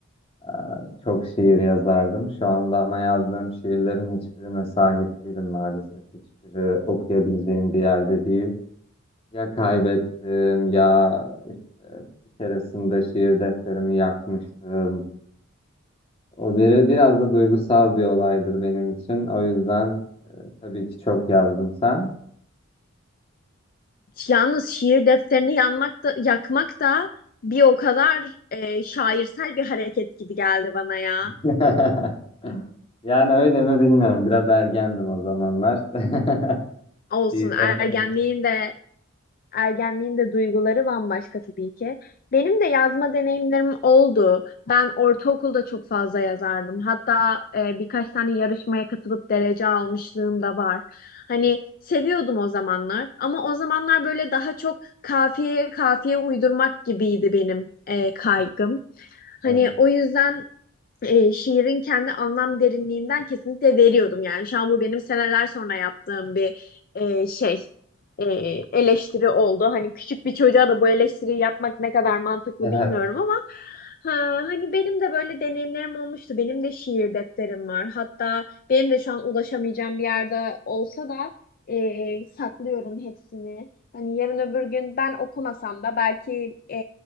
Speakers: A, on the left (about 30°); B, on the left (about 45°).
A: Ee, Çok şiir yazardım. Şu anda ama yazdığım şiirlerin hiçbirine sahip değilim maalesef. Hiçbiri okuyabileceğim bir yerde değil. Ya kaybettim ya işte bir keresinde şiir defterimi yakmıştım. O biri biraz da duygusal bir olaydır benim için. O yüzden tabii ki çok yazdım sen.
B: Yalnız şiir defterini yanmak da, yakmak da bir o kadar e, şairsel bir hareket gibi geldi bana ya.
A: <laughs> Yani öyle mi bilmiyorum. Biraz ergendim o zamanlar. <laughs>
B: Olsun
A: Şiirlerime
B: ergenliğin
A: de...
B: de ergenliğin de duyguları bambaşka tabii ki. Benim de yazma deneyimlerim oldu. Ben ortaokulda çok fazla yazardım. Hatta e, birkaç tane yarışmaya katılıp derece almışlığım da var. Hani seviyordum o zamanlar ama o zamanlar böyle daha çok kafiyeye kafiye uydurmak gibiydi benim e, kaygım.
A: başladım.
B: Hani o yüzden e, şiirin kendi anlam derinliğinden kesinlikle veriyordum. Yani şu an bu benim seneler sonra yaptığım bir e, şey e, eleştiri oldu. Hani küçük bir çocuğa da bu eleştiriyi yapmak ne kadar mantıklı
A: Evet.
B: bilmiyorum ama ha, hani benim de böyle deneyimlerim olmuştu. Benim de şiir defterim var. Hatta benim de şu an ulaşamayacağım bir yerde olsa da e, saklıyorum hepsini. Hani yarın öbür gün ben okumasam da belki e,